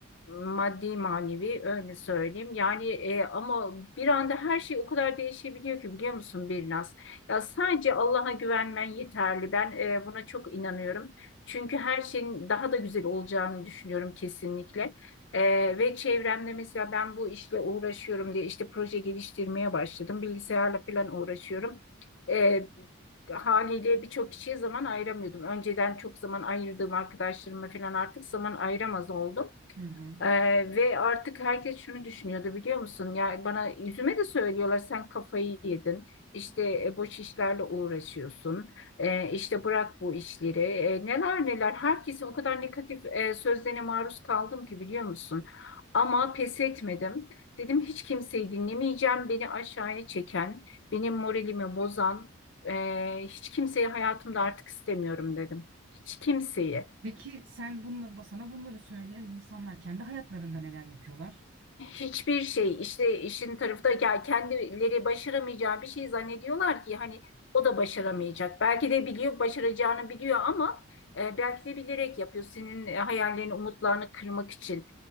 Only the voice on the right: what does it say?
Hı hı. Hı.
Peki sen bunla, sana bunları söyleyen insanlar kendi hayatlarında neler yapıyorlar?